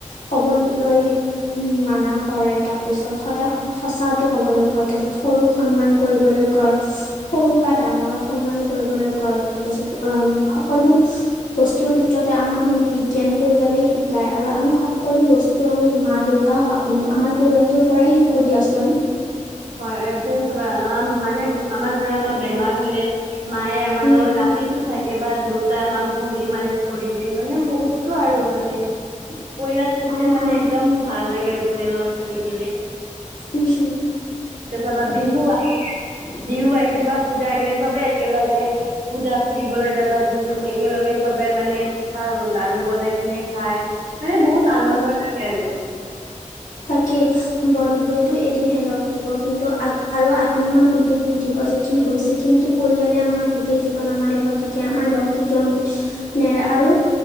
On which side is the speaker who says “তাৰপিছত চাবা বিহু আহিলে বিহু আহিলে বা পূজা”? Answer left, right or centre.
Right